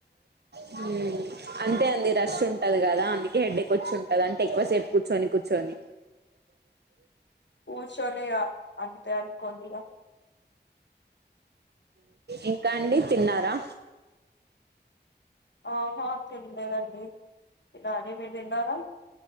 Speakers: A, on the right; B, on the left.
A: హుమ్ అంటే అండి రష్ ఉంటది కదా అందుకే హెడేక్ వచ్చింటాడి అంటే ఎక్కువసేపు కూర్చొని కూర్చొని
B: కూర్చోని అంతే అనుకోవాలి గా
A: ఇంకా అండి తిన్నారా
B: ఆహా లేదండి తినాలి మీరు తిన్నారా